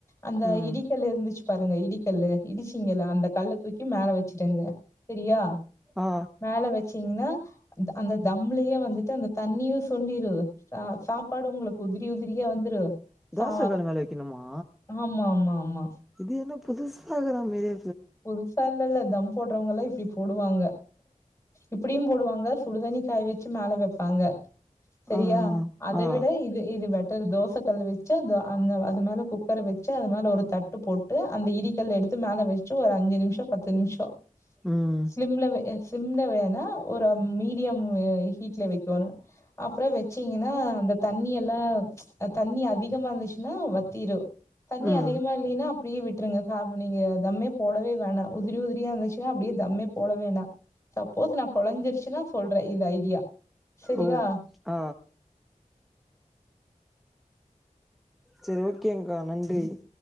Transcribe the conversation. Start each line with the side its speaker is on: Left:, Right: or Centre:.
Left: அந்த
Centre: ம்
Left: இடிக்கல்லு இருந்துச்சு பாருங்க இடிக்கல்லு இடிச்சிங்கலா அந்த கல்ல தூக்கி மேல வச்சுடுங்க செரியா
Centre: ஆ
Left: மேல வச்சீங்க அந்த தம்ளயே வந்துட்டு அந்த தண்ணியு சுண்டிரு சாப்பாடு உங்களுக்கு உதிரி உதிரியா வந்துரு சா
Centre: தோச கல்லு மேல வைக்கணுமா
Left: ஆமா ஆமா ஆமா
Centre: இது என்ன புதுசா இக்ரமேரி
Left: புதுசாலா இல்ல தம் போடுறவங்க எல்லா இப்டி போடுவாங்க இப்டியு போடுவாங்க சுடுதண்ணி காய வச்சு மேல வப்பாங்க செரியா
Centre: ஆ
Left: அத
Centre: ஆ
Left: விட இது இது பெட்டர் தோச கல்லு வச்சு அந்த அந்த அது மேல குக் குக்கர வச்சு அது மேல ஒரு தட்டு போட்டு அந்த இடிக்கல்லு எடுத்து மேலே வச்சு ஒரு அஞ்சு நிமிஷோ பத்து நிமிஷோ
Centre: ம்
Left: சிம்லவையே சிம்ல வேணா ஒரு மீடியமு ஹீட்ல வைக்கோணு அப்றோ வெச்சீங்கென்னா அந்த தண்ணி எல்லா தண்ணி அதிகமா இருந்துச்சுன்னா வத்திரு தண்ணி
Centre: ம்
Left: அதிகமா இல்லையின்னா அப்டியே விட்டுருங்க சாப் நீங்க தம்மே போடவே வேணா உதிரி உதிரியா இருந்துச்சுன்னா அப்டியே தம்மே போட வேணா சப்போஸ் நா கொலைஞ்சிருச்சுன்னா சொல்றே இந்த ஐடியா செரியா
Centre: ஓ ஆ செரி ஓகேங்கா நன்றி